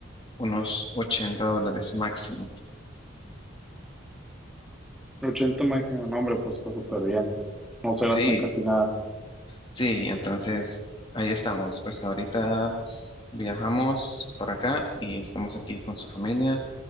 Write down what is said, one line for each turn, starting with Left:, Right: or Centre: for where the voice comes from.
Left: unos 80 dólares máximo.
Centre: 80 máximo, no, hombre, pues está súper bien. No se gastan
Left: Sí,
Centre: casi nada.
Left: sí, entonces ahí estamos. Pues ahorita viajamos por acá y estamos aquí con su familia,